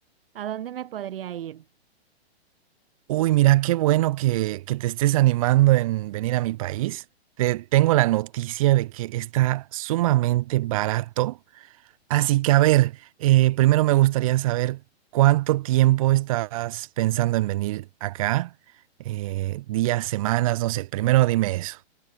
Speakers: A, on the right (about 60°); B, on the right (about 30°).
A: ¿A dónde me podría ir?
B: Uy, mira, qué bueno que, que te estés animando en venir a mi país. Te tengo la noticia de que está sumamente barato. Así que, a ver, eh, primero me gustaría saber cuánto tiempo estás pensando en venir acá. Eh, días, semanas, no sé. Primero dime eso.